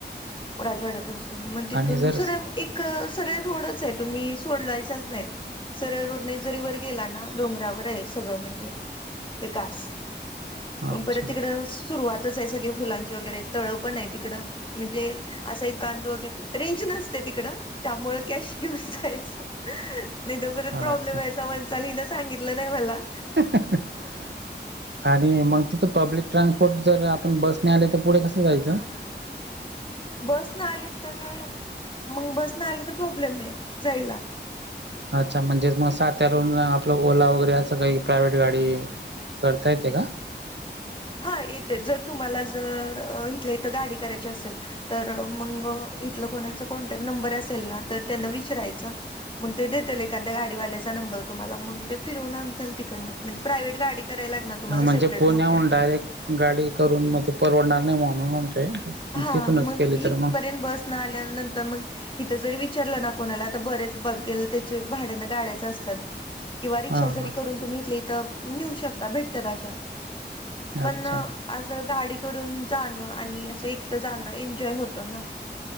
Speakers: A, on the left; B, on the right.
A: राजवाड्यापासून. मग तिथून
B: आणि जर
A: सरळ एक सरळ रोडच आहे, तुम्ही सोडलायचाच नाय. सरळ रोडनेच जरी वर गेला ना डोंगरावर हाय सगळं म्हणजे, ते कास
B: अच्छा
A: पण परत तिकडं सुरुवातच हाय, सगळी फुलांची वगैरे तळंपण हाय तिकडं. म्हणजे असा एक कांद वगैरे रेंज नसते तिकडं त्यामुळे कॅश घेऊशी जायचं. नाही तो परत प्रॉब्लेम
B: अच्छा
A: आहे अशा वंशालीनं सांगितलं नाही मला
B: <unintelligible> आणि मग तिथं पब्लिक ट्रान्सपोर्ट जर आपण बसने आले, तर पुढे कसं जायचं?
A: बसनं आली तर, मग बसनं आली तर प्रॉब्लेम हाय जायला.
B: अच्छा म्हणजेच मग सात्यारून आपलं ओला वगैरे असं काही प्रायव्हेट गाडी करता येते का?
A: हा येतेच, जर तुम्हाला जर इथल्या इथं गाडी करायची असेल तर मंग इथलं कोणाच कॉन्टॅक्ट नंबर असेल ना, तर त्यांना विचरायचं. मग ते दे एका त्या गाडीवाल्याचा नंबर तुम्हाला मग ते फिरवून आणल तिकडनं म्हजे प्राईव्हेट गाडी करायला लागणार तुम्हाला
B: हा म्हणजे
A: सेपरेट
B: पुण्याहून
A: मोठे
B: डायरेक्ट गाडी करून मग ते परवडणार नाही, म्हण मी म्हणतोय.
A: हा,
B: तिथूनच
A: मग
B: केली
A: इथपर्यंत
B: तर मग
A: बसनं आल्यानंतर मग इथं जरी विचारलं ना कोणाला, तर बरेच बघेल त्याचे भाडयाने गाड्याच असतात. किंवा रिक्षा
B: हां
A: जरी
B: हां
A: करून तुम्हीे हितलं हित नेऊ शकता भेटतात अशा पण
B: अच्छा
A: असं गाडी करून जाणं आणि असं एकटं जाणं, एन्जॉय होतो ना.